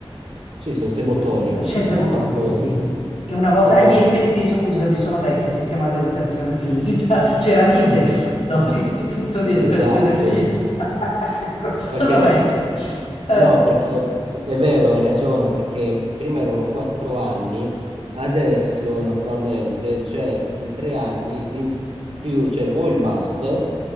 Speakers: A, on the right; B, on the left.
A: Sì, sensomotorie.
B: che- scienze motorie,
A: Ho fatto, ho
B: sì. Che una volta
A: fatto
B: ai
A: la...
B: miei tempi, scusami, sono vecchia, si chiamava educazione fisica. <laughs> C'era l'ISEF, no? L'Istituto di Educazione
A: Esatto,
B: Fisica. <laughs> Ecco, sono
A: perché
B: vecchia. Eh,
A: No, perché s- è vero, hai ragione, perché prima erano quattro anni, adesso naturalmente c'è i tre anni in più, cioè o il master